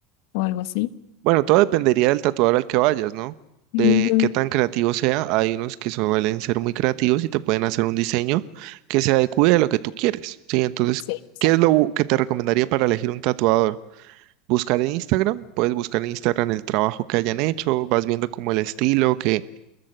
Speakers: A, on the left; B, on the right.
A: o algo así.
B: Bueno, todo dependería del tatuador al que vayas, ¿no?
A: Ujú.
B: De qué tan creativo sea. Hay unos que suelen ser muy creativos y te pueden hacer un diseño que se adecue a lo que tú quieres, ¿sí? Entonces,
A: Sí, exacto.
B: ¿qué es lo u- que te recomendaría para elegir un tatuador? Buscar en Instagram, puedes buscar en Instagram el trabajo que hayan hecho, vas viendo como el estilo que